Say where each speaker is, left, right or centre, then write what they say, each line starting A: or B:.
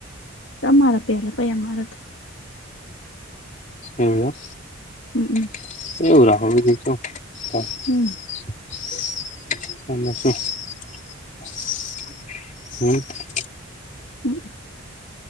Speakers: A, on the left; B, on the left.
A: તમારો પેલા પહી અમારો થાય.
B: એવું
A: હમમ
B: કે, એવું રાખો બીજું તો હું
A: હમ,
B: <unintelligible>
A: હમ્મ